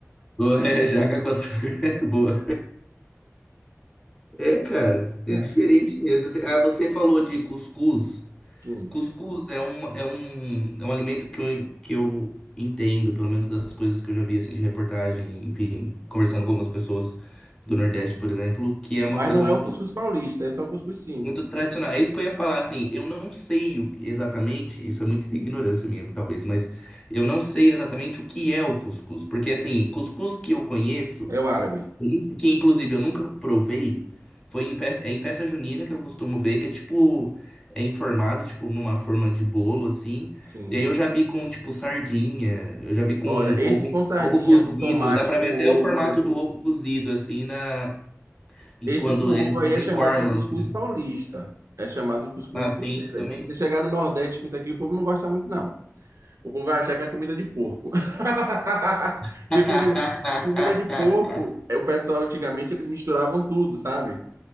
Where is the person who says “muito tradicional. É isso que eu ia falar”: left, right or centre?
Left